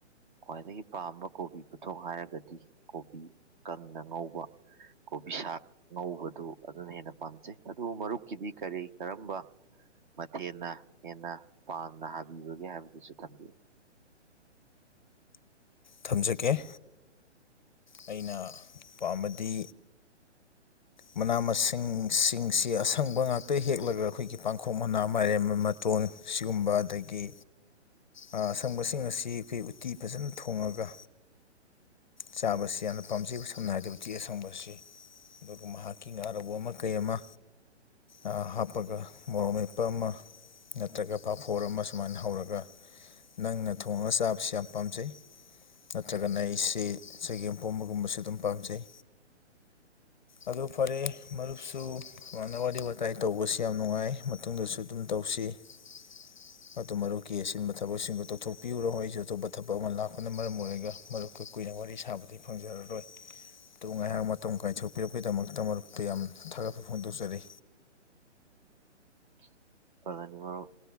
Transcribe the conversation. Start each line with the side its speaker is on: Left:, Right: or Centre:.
Right: ꯈ꯭ꯋꯥꯏꯗꯒꯤ ꯄꯥꯝꯕ ꯀꯣꯕꯤ ꯈꯨꯊꯣꯡ ꯍꯥꯏꯔꯒꯗꯤ ꯀꯣꯕꯤ ꯀꯪꯅ ꯉꯧꯕ ꯀꯣꯕꯤꯁꯥꯛ ꯉꯧꯕꯗꯨ ꯑꯗꯨꯅ ꯍꯦꯟꯅ ꯄꯥꯝꯖꯩ ꯑꯗꯨꯒ ꯃꯔꯨꯞꯀꯤꯗꯤ ꯀꯔꯤ ꯀꯔꯝꯕ ꯃꯊꯦꯟꯅ ꯍꯦꯟꯅ ꯄꯥꯝꯅ ꯍꯥꯕꯤꯕꯒꯦ ꯍꯥꯏꯕꯗꯨꯁꯨ ꯊꯝꯕꯤꯌꯨ
Left: ꯊꯝꯖꯒꯦ ꯑꯩꯅ ꯄꯥꯝꯕꯗꯤ ꯃꯅꯥ ꯃꯁꯤꯡꯁꯤꯡꯁꯤ ꯑꯁꯪꯕ ꯉꯥꯛꯇ ꯍꯦꯛꯂꯒ ꯑꯩꯈꯣꯏꯒꯤ ꯄꯥꯡꯈꯣꯛ ꯃꯅꯥ ꯃꯥꯏꯔꯦꯟ ꯃꯇꯣꯟ ꯁꯤꯒꯨꯝꯕ ꯑꯗꯒꯤ ꯑ ꯑꯁꯪꯕꯁꯤꯡ ꯑꯁꯤ ꯑꯩꯈꯣꯏ ꯎꯇꯤ ꯐꯖꯅ ꯊꯣꯡꯉꯒ ꯆꯥꯕꯁꯤ ꯌꯥꯝꯅ ꯄꯥꯝꯖꯩ ꯁꯝꯅ ꯍꯥꯏꯔꯕꯗ ꯎꯇꯤ ꯑꯁꯪꯕꯁꯤ ꯑꯗꯨꯒ ꯃꯍꯥꯛꯀꯤ ꯉꯥꯔꯧ ꯑꯃ ꯀꯩ ꯑꯃ ꯑ ꯍꯥꯞꯄꯒ ꯃꯣꯔꯣꯛ ꯃꯦꯠꯄ ꯑꯃ ꯅꯠꯇ꯭ꯔꯒ ꯄꯥꯐꯣꯔ ꯑꯃ ꯁꯨꯃꯥꯏꯅ ꯍꯧꯔꯒ ꯅꯪꯅ ꯊꯣꯡꯉꯒ ꯆꯥꯕꯁꯤ ꯌꯥꯝ ꯄꯥꯝꯖꯩ ꯅꯠꯇ꯭ꯔꯒꯅ ꯑꯩꯁꯦ ꯆꯒꯦꯝꯄꯣꯝꯕꯒꯨꯝꯕꯁꯨ ꯑꯗꯨꯝ ꯄꯥꯝꯖꯩ ꯑꯗꯨ ꯐꯔꯦ ꯃꯔꯨꯞꯁꯨ ꯁꯨꯃꯅ ꯋꯥꯔꯤ ꯋꯥꯇꯥꯏ ꯇꯧꯕꯁꯤ ꯌꯥꯝ ꯅꯨꯡꯉꯥꯏ ꯃꯇꯨꯡꯗꯁꯨ ꯑꯗꯨꯝ ꯇꯧꯁꯤ <inaudible> ꯑꯗꯣ ꯃꯔꯨꯞꯀꯤ ꯑꯁꯤꯟꯕ ꯊꯕꯛꯁꯤꯡꯗꯨ ꯇꯧꯊꯣꯛꯄꯤꯌꯨꯔꯣ ꯑꯩꯁꯨ ꯑꯇꯣꯞꯄ ꯊꯕꯛ ꯑꯃ ꯂꯥꯛꯄꯅ ꯃꯔꯝ ꯑꯣꯏꯔꯒ ꯃꯔꯨꯞ ꯑꯩꯈꯣꯏ ꯀꯨꯏꯅ ꯋꯥꯔꯤ ꯁꯥꯕꯗꯤ ꯐꯪꯖꯔꯔꯣꯏ ꯑꯗꯨ ꯉꯥꯏꯍꯥꯛ ꯃꯇꯝ ꯀꯥꯏꯊꯣꯛ ꯄꯤꯔꯛꯄꯀꯤꯗꯃꯛꯇ ꯃꯔꯨꯞꯛꯇ ꯌꯥꯝ ꯊꯥꯒꯠꯄ ꯐꯣꯡꯗꯣꯛꯆꯔꯤ
Right: <unintelligible> ꯃꯔꯨꯞ